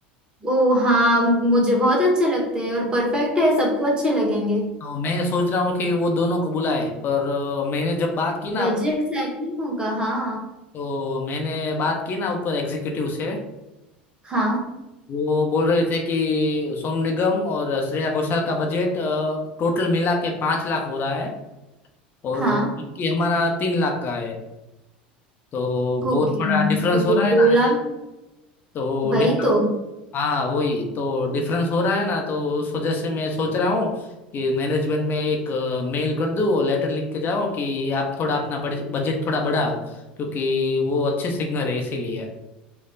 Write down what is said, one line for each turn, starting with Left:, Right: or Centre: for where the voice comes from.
Right: ओ हाँ मुझे बहुत अच्छे लगते हैं और परफेक्ट है सबको अच्छे लगेंगे
Left: तो मैं सोच रहा हूँ कि वो दोनों को बुलाए पर अ, मैंने जब बात की ना
Right: बजट सेटिंग होगा हाँ
Left: तो मैंने बात की ना ऊपर एग्जीक्यूटिव से
Right: हाँ
Left: वो बोल रहे थे कि सोनू निगम और श्रेया घोषाल का बजट टोटल मिला के पाँच लाख हो रहा है और
Right: हाँ
Left: कि हमारा तीन लाख का है तो वो
Right: ओके
Left: थोड़ा डिफरेंस
Right: तो
Left: हो रहा
Right: दो
Left: है ना
Right: लाख
Left: ऐसे तो
Right: वही
Left: डिफरेंस
Right: तो
Left: हाँ वही तो डिफरेंस हो रहा है ना तो उस वजह से मैं सोच रहा हूँ कि मैनेजमेंट में एक मेल कर दूँ और लेटर लिख के जाऊँ कि आप थोड़ा अपना बजट थोड़ा बढ़ाओ क्योंकि वो अच्छे सिंगर है इसीलिए